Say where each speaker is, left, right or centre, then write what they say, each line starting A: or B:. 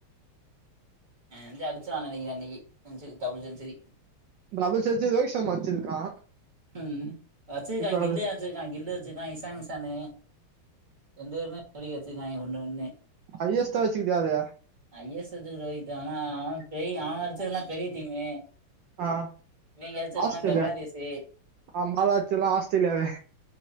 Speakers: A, on the right; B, on the right.
A: எனக்கு தெரிஞ்சி அடிச்சா நெனைக்கிறே இன்னைக்கு century double century
B: double century Rohit Sharma அடிச்சிருக்கா
A: ம் வச்சிருக்கா
B: இப்ப
A: கில்லு
B: அது
A: தா வச்சிருக்கா கில்லு வச்சி நைஸ் சாங்ஸ் சானே எந்தருமே <unintelligible> வெங்காயோ ஒன்னே ஒன்னு
B: ஹையஸ்டா வச்சுக்குது அது
A: ஐஏஸ்த்து ரோகித்தா ஆனா அவெ பெரிய அவெ அடிச்சதெல்லா பெரிய டீமே
B: ஆ
A: இவிங்கடிச்சப்பனா
B: ஆஸ்திரேலியா
A: பெங்காலிஸ் து
B: ஆ பால் அடிச்சதெல்லா ஆஸ்திரேலியாவே